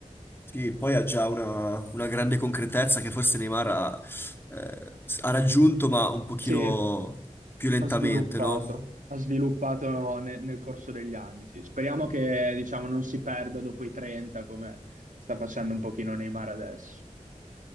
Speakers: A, on the left; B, on the right.
A: Sì, poi ha già una, una grande concretezza che forse Neymar ha, eh, ha raggiunto, ma un pochino
B: Sì,
A: più lentamente,
B: ha sviluppato.
A: no?
B: Ha sviluppato ne- nel corso degli anni, sì. Speriamo che, diciamo, non si perda dopo i 30, come sta facendo un pochino Neymar adesso.